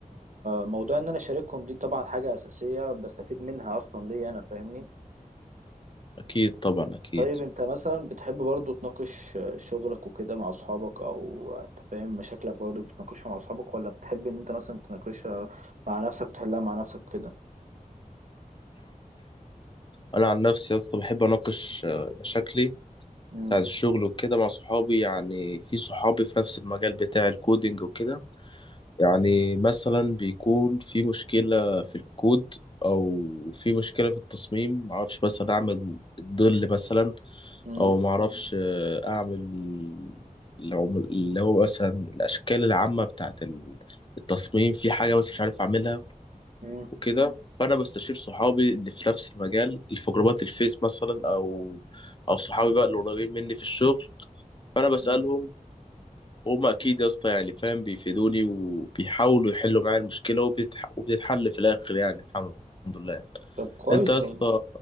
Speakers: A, on the right; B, on the left.
A: موضوع ان انا اشاركهم دي طبعا حاجه اساسيه بستفيد منها اصلا ليا انا فاهمني
B: اكيد طبعا اكيد
A: طيب انت مثلا بتحب برضو تناقش شغلك وكده مع اصحابك او انت فاهم مشاكلك برضو بتناقشها مع اصحابك ولا بتحب ان انت مثلا تناقشها مع نفسك وتحلها مع نفسك كده
B: انا عن نفسي يا اسطى بحب اناقش آه، مشاكلي
A: مم.
B: بتاعت الشغل وكده مع صحابي يعني في صحابي في نفس المجال بتاع الكودينج وكده يعني مثلا بيكون في مشكلة في الكود او في مشكلة في التصميم معرفش مثلا اعمل الظل مثلا
A: مم.
B: او معرفش آه، اعمل العم- اللي هو مثلا الاشكال العامة بتاعت التصميم في حاجة بس مش عارف اعملها
A: مم.
B: وكده فانا بستشير صحابي اللي في نفس المجال اللي في جروبات الفيس مثلا او او صحابي بقى اللي قريبين مني في الشغل فانا بسالهم
A: مم.
B: وهم اكيد يا اسطى يعني فاهم بيفيدوني وبيحاولوا يحلوا معايا المشكله وبتح... وبتتحل في الاخر يعني الحمد لله يعني.
A: طب كويس
B: انت يا اسطى
A: والله